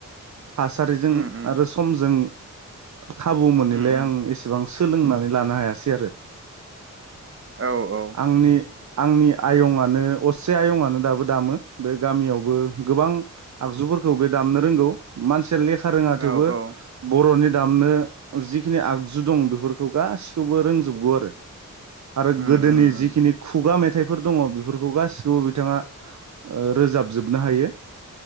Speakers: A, on the right; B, on the right.
A: थासारिजों
B: उम उम
A: आरो समजों खाबु मोनैलाय
B: उम उम
A: आं एसेबां सोलोंनानै लानो हायासै आरो
B: औ औ
A: आंनि आंनि आयंआनो असे आयंआनो दाबो दामो बे गामियावबो गोबां आगजुफोरखौ बे दामनो रोंगौ मानसिया लेखा खा रोङा
B: औ
A: थेवबो
B: औ
A: बर'नि दामनो जिखिनि आगजु दं बेफोरखौ गासिखौबो रोंजोबगौ आरो आरो
B: उम
A: गोदोनि
B: उम उम
A: जिखिनि खुगा मेथाइ फोर दङ बेफोरखौ गासिखौबो बिथाङा ओ रोजाबजोबनो हायो